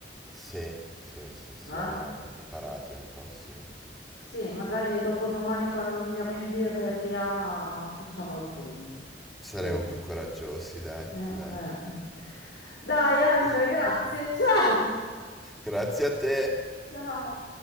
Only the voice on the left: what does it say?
Eh?
Sì, magari dopo domani quando andiamo in birreria facciamo il punto.
Meglio.
Sì, eh,
eh. Dai, Andre,
grazie. Ciao!
Ciao!